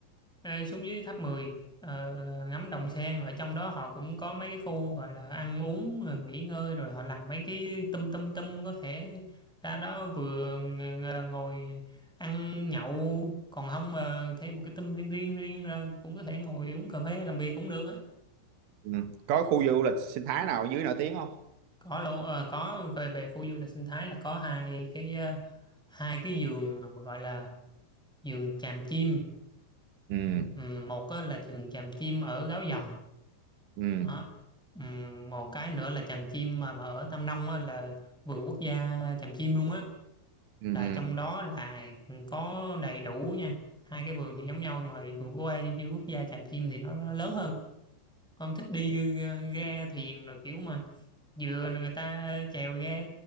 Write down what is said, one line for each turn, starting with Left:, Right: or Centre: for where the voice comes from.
Centre: ờ, xuống dưới tháp mười ờ, ngắm đồng sen ở trong đó họ cũng có mấy cái khu gọi là ăn uống rồi nghỉ ngơi rồi họ làm mấy cái tum tum tum có thể ra đó vừa ng- ng- ngồi ăn nhậu còn không mà thêm một cái tâm riêng riêng riêng ra cũng có thể ngồi uống cà phê làm việc cũng được á
Right: ừ. Có khu du lịch sinh thái nào ở dưới nổi tiếng không?
Centre: có lô ờ, có về về khu du lịch sinh thái là có hai cái ờ, hai cái vườn mà gọi là vườn chàm chim
Right: Ừ,
Centre: Ừm, một á là vườn chàm chim ở Gáo Dòng
Right: ừ,
Centre: đó Ừm, một cái nữa là chàm chim mà, mà ở Tam Nông á, là vườn quốc gia chàm chim luôn á
Right: ừ,
Centre: là
Right: ừ.
Centre: trong đó là có đầy đủ nha hai cái vườn thì giống nhau nhưng mà vườn quốc gia vườn quốc gia chàm chim thì nó nó lớn hơn không thích đi ga thuyền rồi kiểu mà vừa người ta chèo ga